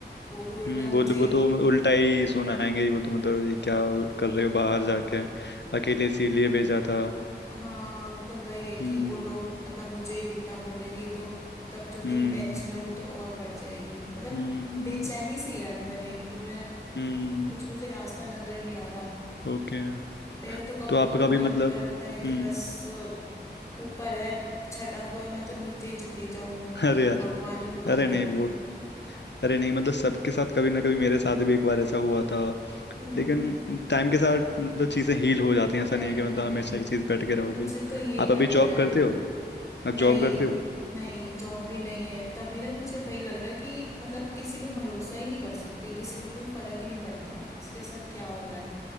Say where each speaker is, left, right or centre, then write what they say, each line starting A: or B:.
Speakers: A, on the left; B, on the left.
A: वो भी उल्टा
B: हम्म
A: मुझे
B: बोले वो
A: ही
B: तो उल्टा ही सुनाएंगे ही वो तो मतलब ये क्या कर रहे हो बाहर जाके अकेले इसीलिए भेजा था
A: हाँ मतलब वही है कि
B: हम्म
A: वो लोग मतलब मुझे ही उल्टा बोलेंगे तो मतलब जो मेरी
B: हम्म
A: टेंशन है वो तो और बढ़ जाएगी मतलब
B: हम्म
A: बेचैनी सी है अंदर एक कि मैं
B: हम्म
A: कुछ मुझे रास्ता नजर नहीं आ रहा
B: ओके
A: मेरा तो कभी
B: तो आपका
A: कभी मन
B: भी मतलब
A: करता है कि
B: हम्म
A: बस अ, ऊपर है छठा फ्लोर मैं तो नीचे ही चली जाऊं
B: <laughs> अरे यार
A: भगवान ही बुला
B: अरे
A: ले
B: नहीं वो अरे नहीं मतलब सबके साथ कभी ना कभी मेरे साथ भी एक बार ऐसा हुआ था
A: हम्म
B: लेकिन टाइम के साथ मतलब चीजें हील हो जाती हैं ऐसा
A: नहीं
B: नहीं है कि
A: नहीं
B: मतलब हमेशा एक चीज बैठ के रहोगे
A: मुझे तो यही
B: आप
A: लग
B: अभी
A: रहा
B: जॉब करते
A: है
B: हो आप
A: नहीं
B: जॉब करते हो
A: नहीं जॉब भी नहीं है तभी ना मुझे वही लग रहा है कि मतलब किसी पे भरोसा ही नहीं कर सकते किसी को कोई फर्क ही नहीं पड़ता किसके साथ क्या हो रहा है